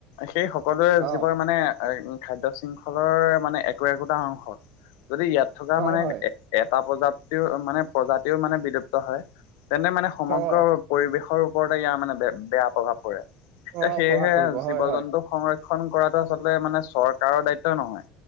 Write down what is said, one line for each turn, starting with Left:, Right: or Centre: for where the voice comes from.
Left: সেই সকলোৱে
Right: অ'
Left: যিবোৰ মানে খাদ্য শৃংখলৰ মানে একো একোটা অংশ, যদি ইয়াত থকা
Right: হয়
Left: মানে
Right: হয়
Left: এটা প্ৰজাতিও মানে প্ৰজাতিও মানে বিলুপ্ত হয়, তেন্তে মানে সমগ্ৰ
Right: অ'।
Left: পৰিৱেশৰ ওপৰতে ইয়াৰ মানে বে বেয়া প্ৰভাৱ পৰে,
Right: অ'
Left: এ সেয়েহে
Right: প্ৰভাৱ পৰিব
Left: জীৱ
Right: হয় হয়
Left: জন্তু সংৰক্ষণ কৰাটো আচলতে মানে চৰকাৰৰ দায়িত্ব নহয়,